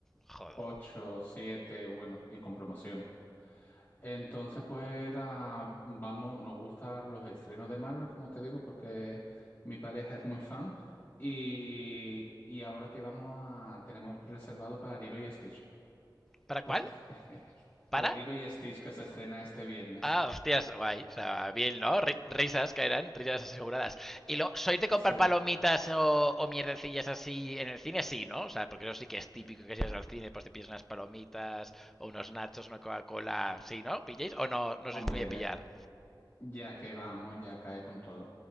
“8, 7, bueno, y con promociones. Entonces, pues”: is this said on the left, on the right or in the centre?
Left